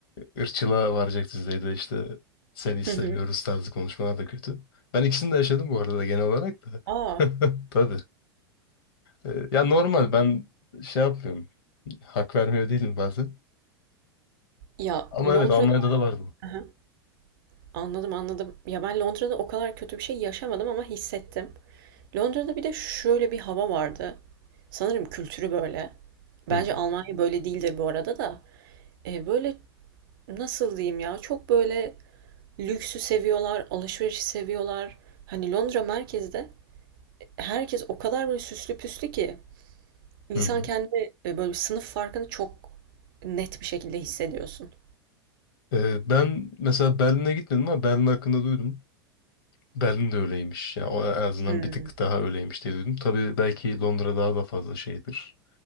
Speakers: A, on the left; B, on the right.
A: ırkçılığa varacak düzeyde işte seni istemiyoruz
B: Hı hı.
A: tarzı konuşmalar da kötü. Ben ikisini de yaşadım bu arada genel olarak da.
B: Aa.
A: <laughs> Tabii. Ee, Ya normal ben şey yapmıyorum. Hak vermiyor değilim bazen.
B: Ya
A: Ama
B: Londra'da
A: evet Almanya'da da var bu.
B: Hı hı. anladım anladım. Ya ben Londra'da o kadar kötü bir şey yaşamadım ama hissettim. Londra'da bir de şöyle bir hava vardı. Sanırım kültürü böyle.
A: Hı
B: Bence
A: hı.
B: Almanya böyle değildir bu arada da. Eee, böyle, nasıl diyeyim ya, çok böyle lüksü seviyorlar, alışverişi seviyorlar. Hani Londra merkezde herkes o kadar böyle süslü püslü ki insan
A: Hı hı.
B: kendi, eee, böyle sınıf farkını çok net bir şekilde hissediyorsun.
A: Ee, ben mesela Berlin'e gitmedim ama Berlin hakkında duydum. Berlin de öyleymiş. Ya o en azından
B: Hımm.
A: bir tık daha öyleymiş diye duydum. Tabii belki Londra daha da fazla şeydir